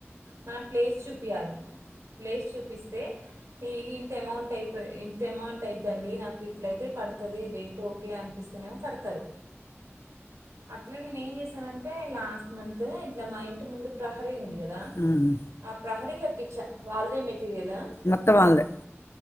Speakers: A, on the right (about 85°); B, on the left (about 60°).
A: మనం ప్లేస్ చూపియ్యాలి ప్లేస్ చూపి ఈ ఇంత అమౌంట్ అయిపో ఇంత అమౌంట్ అయిందండి నాకు ఇట్లయితే పడుతుది రేట్ ఓకే అనిపిస్తనేమో కడతారు అట్ల నేను ఏం చేశానంటే లాస్ట్ మంత్ ఇట్లా మా ఇంటి ముందు ప్రహరీ ఉంది కదా
B: ఉమ్.
A: ఆ ప్రహరి కటిచ్చా వాళ్దే మె య్యాలా
B: మొత్తం వాళ్ళే